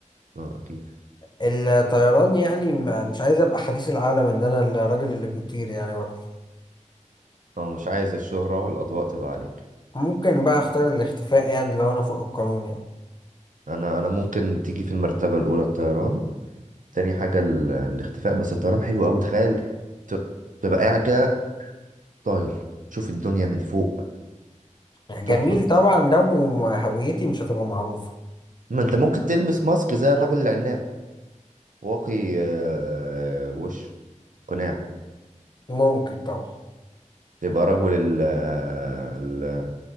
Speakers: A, on the right; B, on the left.
A: اه اكيد
B: الطيران يعني ما- مش عايز ابقى حديث العالم ان انا الراجل اللي بيطير يعني برضه
A: اه مش عايز الشهره والاضواء تبقى عليك
B: ممكن بقى اختار الاختفاء يعني لو انا فوق القانون يعني
A: انا انا ممكن تيجي في المرتبه الاولى الطيران تاني حاجه ال- الاختفاء بس الطيران حلو قوي تخيل ت- تبقى قاعد كده طاير تشوف الدنيا من فوق
B: يعني
A: تحفة
B: جميل طبعا لو هويتي مش هتبقى معروفة
A: ما انت ممكن تلبس ماسك زي الرجل العناب واقي آه، وش قناع
B: ممكن طبعا
A: تبقى رجل ال ال-